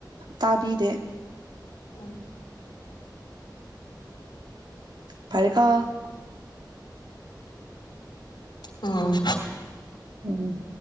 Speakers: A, on the right; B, on the left.
A: ꯇꯥꯕꯤꯗꯦ
B: ꯎꯝ <inaudible>
A: ꯐꯔꯦ ꯀ
B: ꯎꯝ
A: ꯎꯝ